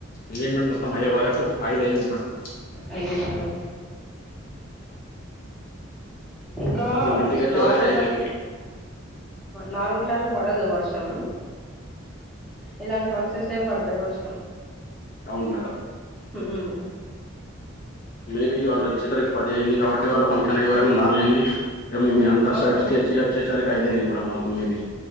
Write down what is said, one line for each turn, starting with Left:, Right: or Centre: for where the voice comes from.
Left: ఎంగేజ్మెంట్ మొత్తం అయ్యా వరకు ఐదు అయింది మేడం
Centre: అయ్యయ్యో ఇంకా
Left: మేము ఇంటికి వచ్చే
Centre: నార్మల్గా
Left: వరకు ఐదు అయింది
Centre: నార్మల్ టైమ్ లో పడదు వర్షం ఇలాంటి ఫంక్షన్స్ టైం పడత వర్షం
Left: అవును మేడం
Centre: మ్మ్
Left: మేబి వాళ్ళు వచ్చేసరికి పది అయింది కాబట్టి వాళ్ళ ఫంక్షన్ అయెవరకు నాలుగయింది ఇక మేము అంతా
Centre: ఆహా
Left: సెట్ చేసి వచ్చేసరికి ఐదు అయింది మేడం మాకు మేబి